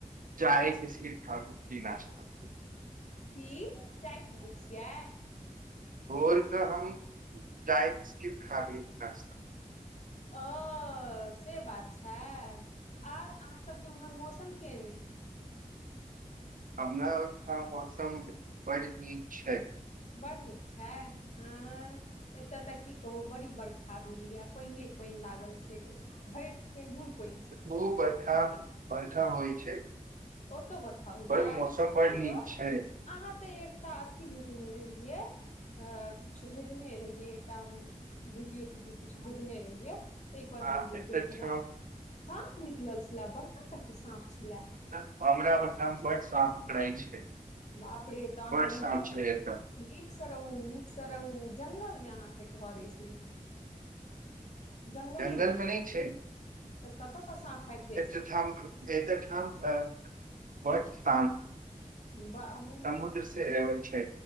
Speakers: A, on the right (about 75°); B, on the left (about 55°).
A: चायकेसी ठाम की नश कर
B: कि चाय पीबै छियै।
A: भोर कऽ हम चाय बिस्कित खाबी न
B: ओ से बात छै। आर अहाँ सभके उम्हर मौसम केने
A: हमरा आइथम मौसम बड नीक छै
B: बड़ नीक छै हे एते कि कहू बड़ी बर्खा भेल ये पानने पानि लागल भरि ठेहुन पाइन
A: बहु बखा बड़खा होई छै
B: ओतौ बर्खा होइया
A: बड़ मौसम बड़
B: आ
A: नीक
B: यो
A: छै
B: अहाँ तऽ एकटा अथी भेजने रहिऐ आ किछु भेजने रहियै एकटा वीडियो तीडियो किछु भेजने रहिये ताहि पर
A: आ
B: हम जे
A: एतय
B: देखलहुॅं
A: ठाम
B: साँप निकल छले बड़का टक के साँप छले।
A: बामला बकमे फट सा पकड़इ छै।
B: बापरे तन
A: बड
B: तऽ निके
A: साँप छै
B: स
A: एतय
B: नीक स रहू नीक स रहू जंगल मे अहाँके घर अछि लेकिन जंगलेमे
A: जंगल मे नय छै
B: तऽ कतय स साँफ आबि जाइ छै
A: त <unintelligible> बत सा
B: बा मे
A: समुद्र से एबै छै